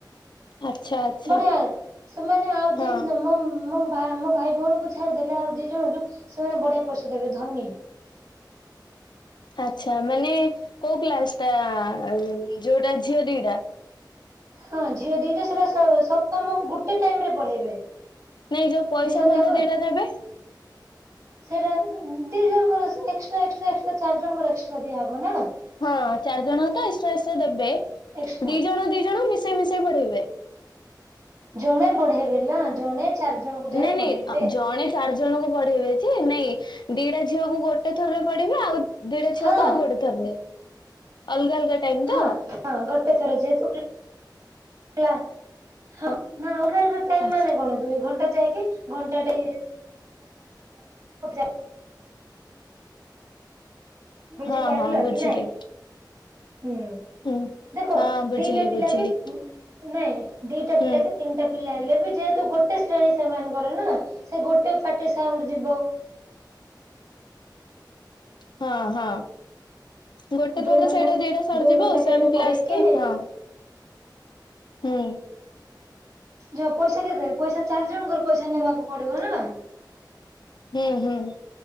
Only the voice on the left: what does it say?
ଆଚ୍ଛା ଆଚ୍ଛା
ହଁ
ଆଛା ମାନେ କୋଉ କ୍ଲାସଟା-ଆ-ଆ-ଆ ଅ ଯୋଉଟା ଝିଅ ଦିଟା?
ନାଇଁ ଯୋଉ ପଇସା
ଭଲ
ଦିଇଟା ଦେବେ।
ହଁ ଚାରିଜଣ ତ ଏକ୍ସଟ୍ରା ଏକ୍ସଟ୍ରା ଦେବେ।
ଦି ଜଣ ଦି ଜଣ ମିଶେଇ ମିଶେଇ ପଢ଼େଇବେ।
ନାଇଁ
ନାଇଁ ଜଣେ ଚାରି ଜଣଙ୍କୁ ପଢେଇବେ ଯେ ନାଇଁ ଦିଟା ଝିଅକୁ ଗୋଟେ ଥରରେ ପଢ଼େଇବେ ଆଉ ଦିଟା
ଛୁଆକୁ ଆଉ ଗୋଟେ ଥରରେ ଅଲଗା ଅଲଗା ଟାଇମ ତ?
ଆଚ୍ଛା।
ହଁ ହଁ ବୁଝିଲି
ହୁଁ
ହଁ ବୁଝିଲି
ବୁଝିଲି
ହୁଁ
ହଁ ହଁ। ଗୋଟେ
ଥରରେ
ସେଇଟା ଦିଟା ସରିଯିବ
ସେମ୍
କ୍ଲାସ
ତ ହଁ। ହୁଁ।
ହୁଁ ହୁଁ